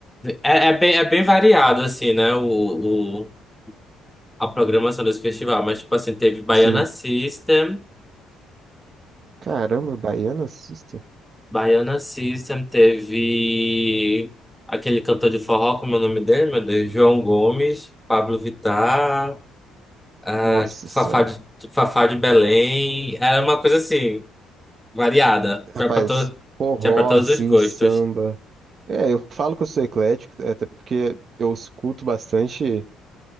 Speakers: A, in the centre; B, on the right.
A: É, é bem, é bem variado, assim, né? O, o, a programação desse festival. Mas, tipo assim, teve Baiana
B: Sim.
A: System.
B: Caramba, baiana system.
A: Baiana System teve aquele cantor de forró, como é o nome dele, meu Deus? João Gomes, Pablo Vittar, ah,
B: Nossa
A: tipo,
B: senhora.
A: Fafá de, Fafá de Belém. Era uma coisa assim, variada. Tinha
B: Rapaz,
A: pra, to...
B: forró,
A: Tinha pra todos
B: assim,
A: os gostos.
B: samba. É, eu falo que eu sou eclético, é, até porque eu escuto bastante.